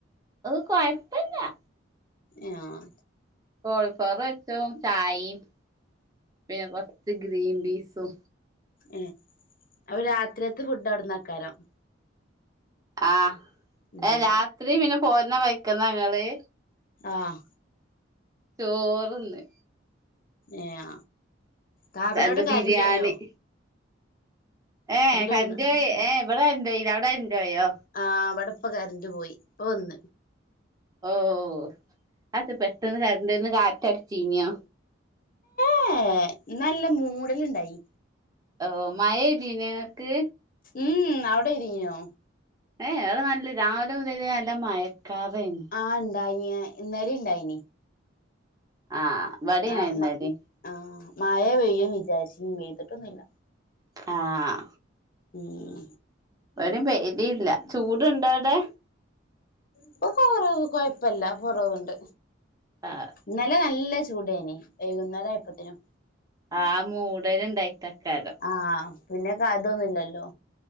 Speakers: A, on the right (about 20°); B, on the left (about 45°).
A: ഓഹ് കൊയ്പ്പല്ല്യാ.
B: ആഹ്.
A: കോളിഫ്ലവറ് പൊര്ച്ചഉം ചായീം പിന്നെ കൊർച്ച് ഗ്രീൻബീസും.
B: ഏഹ് അപ്പൊ രാത്രിയത്ത് ഫുഡ് അവ്ട്ന്നാക്കാരം.
A: ആഹ്,
B: ഉം
A: ഏഹ് രാത്രി പിന്നെ പോര്ണ വയ്ക്കന്നങ്ങള്
B: ആഹ്.
A: ചോറിന്നെ
B: ഏയാ <unintelligible>
A: അത്
B: കരന്റോയ്യോ
A: ബിരിയാണി ഏഹ് കരന്റോയി
B: പോയിണ്
A: ഏഹ് ഇവിടെ കരന്റോയില്ല അവിടെ കരന്റോയോ
B: ആഹ് ഇവട്പ്പ കരന്റ്പോയി ഇപ്പൊ വന്ന്
A: ഓഹ് അതന്താ പെട്ടന്ന് കറന്റോയിന്ന് കാറ്റടിച്ചീനിയൊ
B: ഏഹ് ഇന്ന് നല്ല മൂടലുണ്ടായി
A: ഓഹ് മഴയില്ലെ നിങ്ങക്ക്
B: ഉം അവിടെ ഇരിങ്ങിയൊ
A: ഏയ് അത് നല്ല രാവിലെ മുതലേ നല്ല മയക്കാറേയ്നു
B: ആഹ് ഇണ്ടായിനിയ ഇന്നലി ഇല്ലായിന്
A: ആഹ് ഇവടേം
B: ആഹ്
A: ഇന്നലിം
B: ആഹ് മയ പെയ്യും വിചാരിച്ച് പെയ്തിട്ടൊന്നുല്ല
A: ആഹ്
B: ഉം
A: ഇവടിം പെയതില്ല ചൂടുണ്ടോ അവിടെ
B: ഇപ്പൊ കൊറവ് കൊഴപ്പല്ല കൊറവുണ്ട്.
A: ആഹ്
B: ഇന്നലെ നല്ല ചൂടേനി വൈകുന്നേരം ആയപ്പത്തിനും
A: ആഹ് മൂടൽ ഇണ്ടായിട്ടക്കാരം
B: ആഹ് പിന്നെ കരണ്ടൊന്നുല്ലല്ലോ